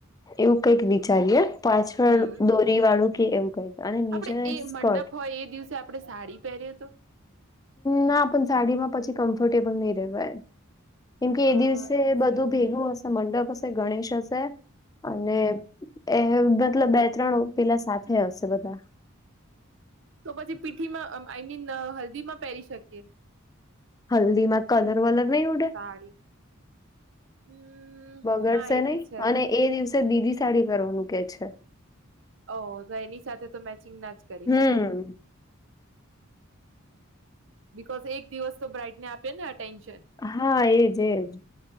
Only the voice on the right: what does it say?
હમ
આપડે એ
મંડપ હોય એ દિવસે આપણે સાડી પહેર્યો તો
હા
એ બી
છે.
હમ
તો પછી પીઠીમાં આઈ મીન હલ્દીમાં પહેરી શકીએ
સાડી હમ
હા એ
બી છે
ઓ તો એની સાથે તો મેચિંગ ના જ કરી
શકીએ બીકોઝ એક દિવસ તો બ્રાાઈડને આપે ને અટેન્શન